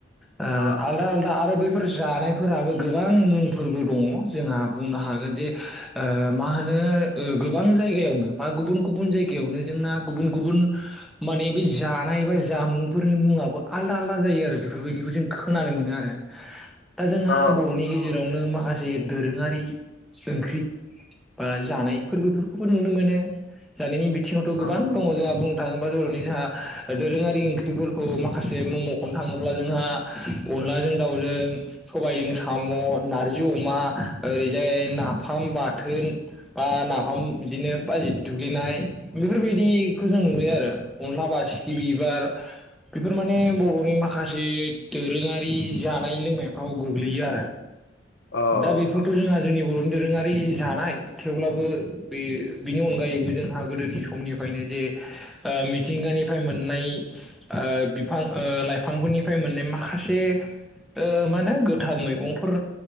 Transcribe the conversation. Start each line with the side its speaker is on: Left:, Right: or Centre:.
Centre: ओ
Left: अ
Centre: आलदा आलदा आरो बैफोर जानायफोराबो गोबां मुंफोरबो दङ जोंहा बुंनो हागोन जे ओ मा होनो ओ ओ गो बां जायगायावनो बा गुबन गुबन जायगावनो जोंना गुबुन गुबुन माने जानाय बा जा जामुंफोरनि मुङो आलदा आलदा जायो आरो बेफोरबायदिखौ जों खोनानो मोनो आरो। दा जोंहा
Left: अ
Centre: बर'नि गेजेरावनो माखासे जे दोरोङारि ओंख्रि बा जानायफोरबोफोर बो नुनो मोनो जानायनि बिथिङावथ'
Left: अ
Centre: गोबां दङ जोंहा बुंनो थाङोब नि जों दोरोङारि ओंख्रिफोरखौ माखासे मम'खनो थाङोब्ला जोंहा अनला जों दाउजों सबायजों साम' नारजि अमा ओरैजाय नाफाम बाथोन होर बा ना फाम बिदिनो बाजि थुग्लिनाय बेफोरबायदिखौ जों नुयो आरो अनला बासिखि बिबार। आर बेफोर माने बर'नि माखासे दोरोङारि जानाय लोंनायफ्राव गोग्लैयो आरो।
Left: अ
Centre: दा बेफोरखौ' जोंहा जोंनि बर'नि दोरोङारि जानाय थेवब्लाबो बे बिनि अनगायैबो जोंहा गोदोनि समनिफ्रायनो जे ओ मिथिंगानिफ्राय मोननाय ओ बिफां ओ लाइफांफोरनिफ्राय मोननाय माखासे ओ मा होनो गोथां मैगंफोर